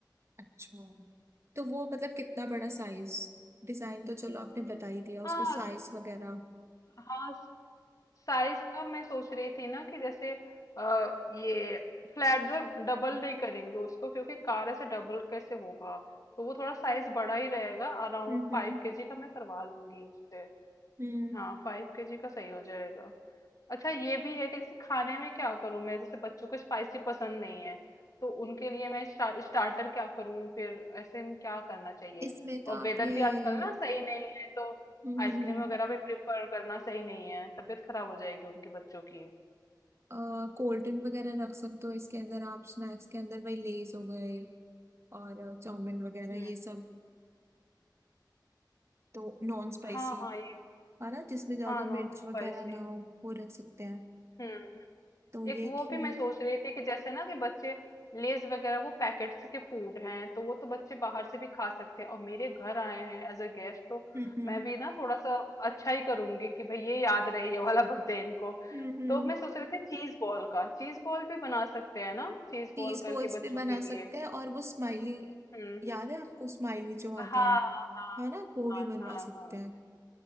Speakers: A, on the right; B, on the left.
A: अच्छा तो वो मतलब कितना बड़ा साइज डिजाइन तो चलो आपने बता ही दिया उसका
B: हाँ
A: साइज वगैरह
B: हाँ साइज का मैं सोच रही थी ना कि जैसे आ, ये फ्लैट डबल नहीं करेंगे उसको क्योंकि कार ऐसे डबल कैसे होगा तो वो थोड़ा साइज बड़ा ही रहेगा अराउंड
A: हम्म
B: फाइव
A: हम्म
B: केजी का मैं करवा लूंगी उससे
A: हम्म
B: हाँ फाइव केजी का सही हो जाएगा अच्छा ये भी है कि जैसे खाने में क्या करूं मैं जैसे बच्चों को स्पाइसी पसंद नहीं है तो उनके लिए मैं स्टा, स्टार्टर क्या करूं फिर ऐसे में क्या करना चाहिए
A: इसमें तो
B: और
A: आप
B: वेदर
A: ये
B: भी आजकल ना सही नहीं है तो
A: हम्म
B: आइसक्रीम
A: हम्म हम्म,
B: वगैरह भी प्रेफर करना सही नहीं है तबीयत खराब हो जाएगी उनके बच्चों की
A: अ, कोल्ड ड्रिंक वगैरह रख सकते हो इसके अंदर आप स्नैक्स के अंदर वही लेज हो गए और चाउमिन वगैरह
B: हम्म
A: ये सब तो नॉन स्पाइसी
B: हाँ हाँ ये
A: है ना जिसमें ज्यादा
B: हाँ नॉन
A: मिर्च
B: स्पाइसी
A: वगैरह ना हो वो रख सकते हैं
B: हम्म
A: तो ये
B: एक वो
A: कि
B: भी मैं सोच रही थी कि जैसे ना कि बच्चे लेज वगैरह वो पैकेट्स के फूड हैं तो वो तो बच्चे बाहर से भी खा सकते हैं और मेरे घर आए हैं एज अ गेस्ट तो
A: हम्म
B: मैं भी ना थोड़ा सा अच्छा ही करूंगी कि भाई ये याद रहे ये वाला बर्थडे इनको
A: हम्म
B: तो मैं सोच रही थी चीज बॉल का चीज बॉल भी बना सकते हैं ना चीज
A: चीज
B: बॉल करके
A: बॉल्स
B: बच्चों
A: भी बना
B: के लिए
A: सकते हैं और वो स्माइली
B: हम्म
A: याद है आपको स्माइली जो
B: हाँ
A: आते हैं
B: हाँ
A: है ना वो भी बनवा
B: हाँ
A: सकते
B: हाँ
A: हैं